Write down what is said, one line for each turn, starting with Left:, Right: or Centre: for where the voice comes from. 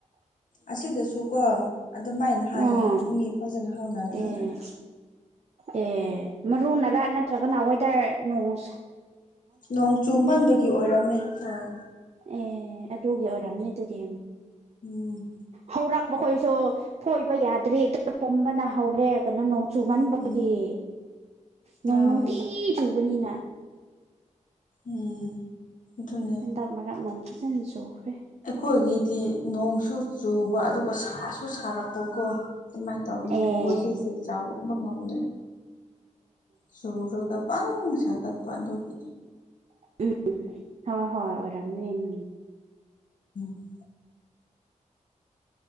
Left: ꯑꯁꯤꯗꯁꯨ ꯀꯣ ꯑꯗꯨꯃꯥꯢꯅ ꯍꯥꯏꯌꯦ
Right: ꯑꯥ
Left: ꯃꯤ ꯐꯖꯅ ꯍꯧꯅꯗꯦꯅ
Right: ꯑꯦ ꯑꯦ ꯃꯔꯨꯅꯔꯥ ꯅꯠꯇ꯭ꯔꯒꯅ ꯋꯦꯗꯔ ꯅꯣꯡꯁ
Left: ꯅꯣꯡ ꯆꯨꯃꯟꯕꯒꯤ ꯑꯣꯏꯔꯝꯅꯤ ꯍꯣꯏ
Right: ꯑꯦ ꯑꯗꯨꯒꯤ ꯑꯣꯏꯔꯝꯅꯤ ꯑꯗꯨꯗꯤ
Left: ꯎꯝ
Right: ꯍꯧꯔꯛꯄꯈꯣꯏꯁꯨ ꯐꯣꯏꯕ ꯌꯥꯗ꯭ꯔꯤ ꯑꯗꯨ ꯄꯨꯝꯕꯅ ꯍꯧꯔꯦ ꯀꯩꯅꯣ ꯅꯣꯡ ꯆꯨꯃꯟꯕꯒꯤ
Left: ꯎꯝ
Right: ꯅꯣꯡ
Left: ꯑꯥ
Right: ꯅꯨꯡꯇꯤ ꯒꯤ ꯆꯨꯕꯅꯤꯅꯥ
Left: ꯎꯝ ꯑꯗꯨꯅꯦ
Right: ꯍꯟꯗꯛ ꯃꯔꯛ ꯅꯨꯡ ꯐꯖꯅ ꯆꯨꯈ꯭ꯔꯦ
Left: ꯑꯩꯈꯣꯏꯒꯤꯗꯤ ꯅꯣꯡꯁꯨ ꯆꯨꯕ ꯑꯗꯨꯒ ꯁꯥꯁꯨ ꯁꯥꯔꯛꯄꯀꯣ ꯑꯗꯨꯃꯥꯏꯅ ꯇꯧꯕꯒꯤ
Right: ꯑꯦ
Left: ꯄꯣꯠ ꯆꯩꯁꯦ ꯆꯥꯎꯄ ꯉꯝꯗ꯭ꯔꯦ ꯁꯨꯔꯒ ꯄꯪ ꯁꯥꯒꯠꯄ ꯑꯗꯨꯒꯤ
Right: ꯎꯝ ꯍꯣꯏ ꯍꯣꯏ ꯑꯣꯏꯔꯝꯅꯤ ꯎꯝ
Left: <unintelligible>